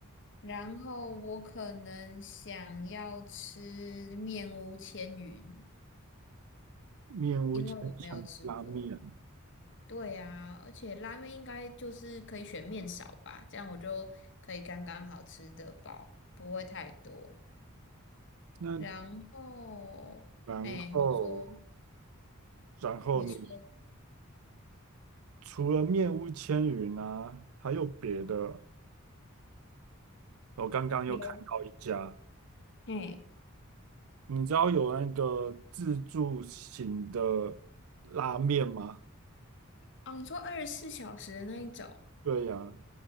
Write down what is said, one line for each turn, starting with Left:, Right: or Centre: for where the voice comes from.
Left: 然后我可能想要吃面屋千云，
Right: 面屋千想拉面，
Left: 因为我没有吃过。对啊，而且拉面应该就是可以选面少吧，这样我就可以刚刚好吃的饱，不会太多。
Right: 那
Left: 然后，
Right: 然后，
Left: 哎，你说，
Right: 然后你
Left: 你说
Right: 除了面屋千云啊，还有别的？我刚刚又看到一家，
Left: 有，哎，
Right: 你知道有那个自助型的拉面吗？
Left: 哦，你说二十四小时的那一种，
Right: 对呀，